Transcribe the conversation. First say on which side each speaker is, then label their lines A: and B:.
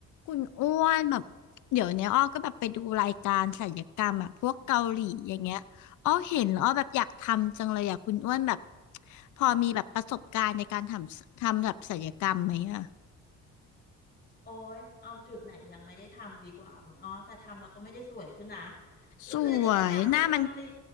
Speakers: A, on the left (about 75°); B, on the left (about 30°).
A: คุณอ้วนแบบเดี๋ยวเนี้ยอ้อก็แบบไปดูรายการศัลยกรรมอ่ะพวกเกาหลีอย่างเงี้ยอ้อเห็นแล้วอ้อแบบอยากทำจังเลยอ่ะคุณอ้วนแบบพอมีแบบประสบการณ์ในการทำทำแบบศัลยกรรมไหมอ่ะ
B: โอ้ยเอาจุดไหนยังไม่ได้ทำดีกว่าคุณอ้อแต่ทำแล้วก็ไม่ได้สวยขึ้นนะก็คือนี่ก็อยากไปเกาหลี
A: สวยหน้ามัน